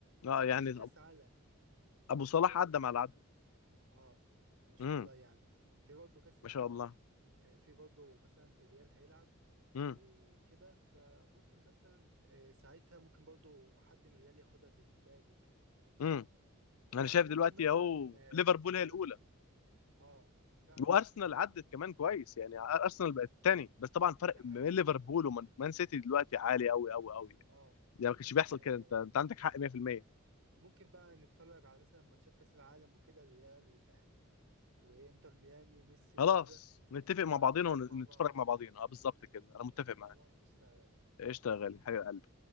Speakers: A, on the left; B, on the right.
A: اه
B: وبرده
A: يعني
B: في كاس عالم
A: ابو صلاح
B: في برده
A: عدى
B: كاس
A: مع العدو
B: العالم اه يعني ما شاء
A: امم
B: الله يعني في برده كاس العالم
A: ما شاء الله
B: آه، في برده مثلا الريال هيلعب
A: امم
B: وكده فممكن مثلا آه، ساعتها ممكن برده حد من الريال ياخدها زي مبابي وكده
A: امم انا
B: فممكن
A: شايف دلوقتي
B: مثلا
A: اهو
B: آه،
A: ليفربول
B: نبقى
A: هي الاولى
B: نت- اه فعلا
A: وارسنال
B: ممكن
A: عدت كمان كويس يعني ارسنال بقت الثاني بس طبعا فرق
B: ده حقيقي
A: ما بين ليفربول ومان مان سيتي دلوقتي عالي قوي قوي قوي يعني
B: اه
A: ده ما كانش بيحصل
B: آه،
A: كده انت انت عندك حق 100%
B: ممكن بقى نتفرج على مثلا ماتشات كأس العالم وكده الريال والأهلي وإنتر ميامي وميسي
A: خلاص
B: وكده
A: نتفق
B: نبقى
A: مع بعضينا
B: نتفرج
A: ونتفرج
B: مع بعض
A: مع بعضينا اه بالظبط كده انا متفق معاك
B: خلاص اشتغل
A: قشطه يا غالي حبيب قلبي